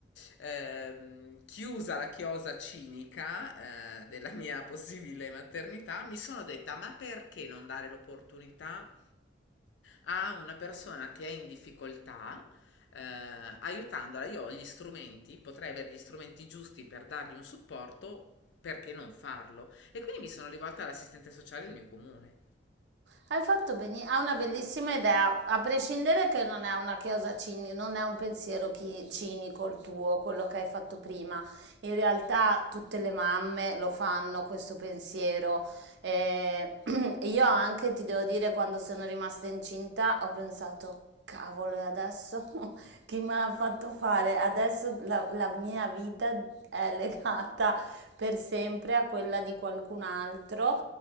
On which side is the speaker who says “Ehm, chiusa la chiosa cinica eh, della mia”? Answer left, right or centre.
Left